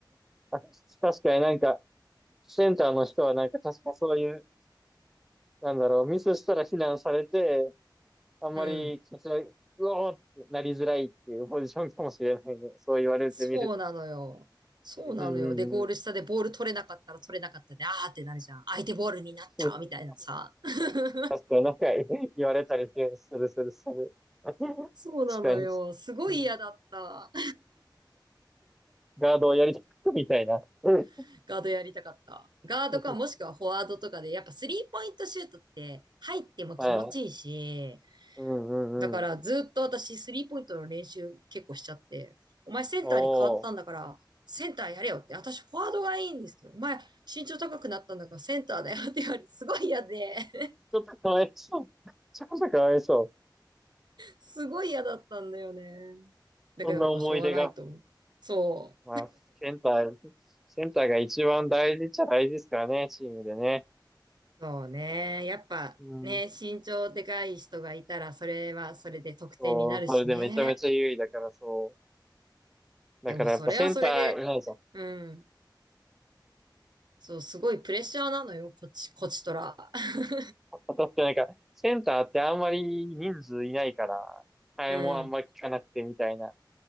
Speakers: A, in the centre; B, on the right.
A: あ、確かになんか、センターの人はなんか確かそういう、なんだろう、ミスしたら非難されて、あんまり、
B: うん。
A: こちら、うおーってなりづらいっていうポジションかもしれないね。そう言われてみると。
B: そうなのよ。そうなのよ。
A: うん、うん、
B: で、ゴール下でボール取れなかったら取れなかったで、
A: うん。
B: あーってなるじゃん。相手ボールになったみたいなさ。
A: <laughs>
B: <laughs>
A: 確かになんか言われたりするするする。<laughs> 確
B: そうなのよ。
A: かに。
B: すごい嫌だった。
A: うんガードをやりたくみたいな。うん。
B: <laughs> ガードやりたかった。ガードかもしくはフォワードとかで、
A: <laughs>
B: やっぱスリーポイントシュートって入っても気持ちいいし、
A: はい。うんうんうん。
B: だからずっと私スリーポイントの練習結構しちゃって、お前センターに変わったんだから、
A: おー。<laughs>
B: センターやれよって、私フォワードがいいんですけど、お前身長高くなったんだからセンターだよって言われて、すごい嫌で。
A: ちょっとかわいそう。<laughs> ちょっとかわいそう。
B: すごい嫌だったんだよね。だけどもうしょうがないと思う。
A: そんな思い出が。
B: そ
A: まあ、センター、センターが一番大事っちゃ大事ですからね、チームでね。
B: う。そうね。やっぱね、
A: うん。
B: 身長でかい人がいたら、それはそれで得点になるしね。
A: そう、それでめちゃめちゃ優位だからそう。だからやっぱセンター、
B: でもそれはそれで、
A: いないぞ
B: うん。そう、すごいプレッシャーなのよ、こっち、こちとら。<laughs>
A: 私 <laughs> ってなんか、センターってあんまり人数いないから、替えもあんまり効かなくてみたいな。
B: うん。